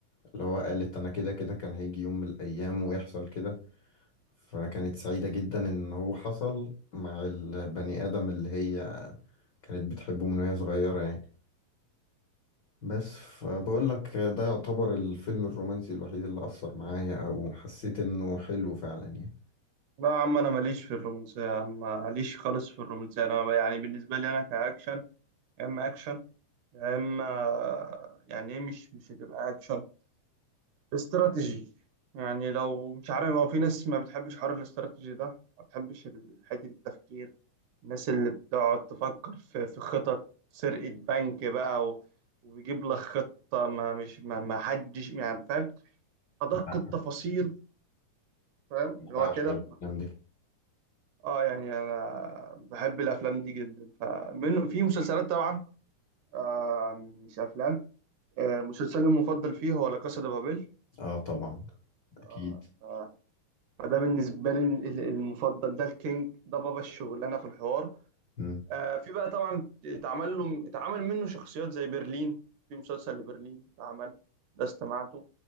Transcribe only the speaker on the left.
اللي هو قالت انا كده كده كان هيجي يوم من الايام ويحصل كده فكانت سعيدة جدا ان هو حصل مع البني ادم اللي هي كانت بتحبه من وهي صغيرة يعني بس فبقول لك ده يعتبر الفيلم الرومانسي الوحيد اللي أثر معايا أو حسيت إنه حلو فعلا يعني
لا
أنا
بعشق
الأفلام دي
آه طبعا
أكيد
مم.